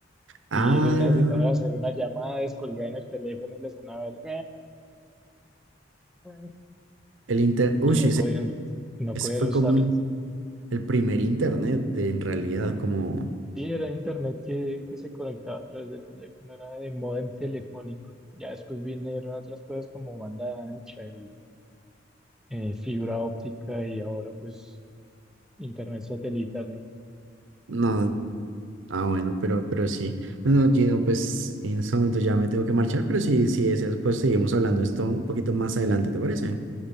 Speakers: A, on the right; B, in the centre.
A: Ah,
B: Y ellos necesitaban hacer una llamada, descolgaban el teléfono y les sonaba el... <laughs>
A: el inter... Uy,
B: Y no
A: ese,
B: podían, no
A: ese
B: podían
A: fue
B: usarlo.
A: como un- el primer internet, de, en realidad, como...
B: Sí, era internet que, que se conectaba a través del teléfono, era de módem telefónico. Ya después vinieron otras cosas como banda ancha y eh, fibra óptica y ahora pues internet satelital, ¿no?
A: No, ah, bueno, pero, pero sí. Bueno, Gino, pues en este momento ya me tengo que marchar, pero si, si deseas, pues seguimos hablando de esto un poquito más adelante, ¿te parece?